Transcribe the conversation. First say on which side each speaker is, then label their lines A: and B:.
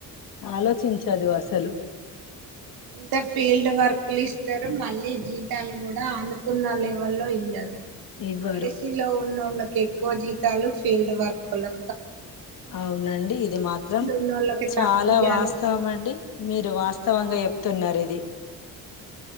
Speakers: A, on the left; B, on the right.
A: ఆలోచించదు అసలు
B: అంత ఫీల్డ్ వర్క్లు ఇస్తారు మళ్ళీ జీతాలు కూడ అనుకున్న లెవెల్ లో ఇయ్యారు
A: ఇవ్వరు
B: ఏసి లో ఉన్న ఒళ్ళకి జీతలు ఫీల్డ్ వర్కులు
A: అవునండి ఇది మాత్రం
B: ఉన్నోళ్ళకి
A: చాల
B: తక్కువ ఇయ్యాలి
A: వాస్తవం
B: ఫీల్డ్
A: అండి మీ మీరు వాస్తవంగా చెప్తున్నారు ఇది